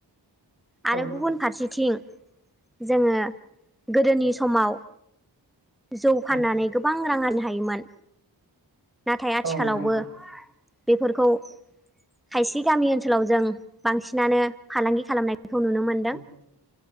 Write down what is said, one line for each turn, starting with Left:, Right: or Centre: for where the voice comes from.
Centre: आरो
Right: औ उम
Centre: गुबुन फारसेथिं जोङो गोदोनि समाव जौ फाननानै
Right: उम
Centre: गोबां रां आरानो हायोमोन नाथाय आथिखालावबो
Right: औ नंगौ नोंथां
Centre: बेफोरखौ खायसे गामि ओनसोलाव जों बांसिनानो फालांगि खालामनायखौ नुनो मोनो
Right: उम